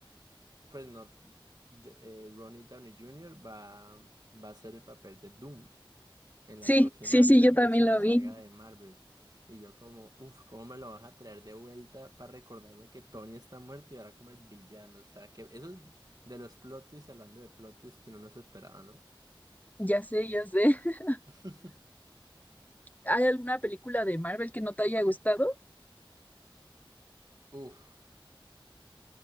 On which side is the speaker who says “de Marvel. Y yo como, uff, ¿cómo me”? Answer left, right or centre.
Right